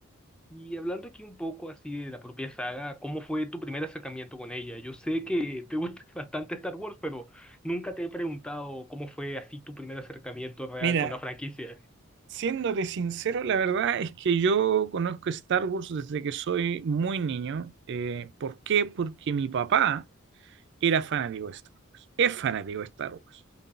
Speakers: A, in the centre; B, on the right (about 60°).
A: Y hablando aquí un poco así de la propia saga, ¿cómo fue tu primer acercamiento con ella? Yo sé que te gusta <laughs> bastante Star Wars, pero nunca te he preguntado cómo fue así tu primer acercamiento real
B: Mira,
A: con la franquicia.
B: siéndote sincero, la verdad es que yo conozco Star Wars desde que soy muy niño. Eh, ¿por qué? Porque mi papá era fanático de Star Wars. Es fanático de Star Wars.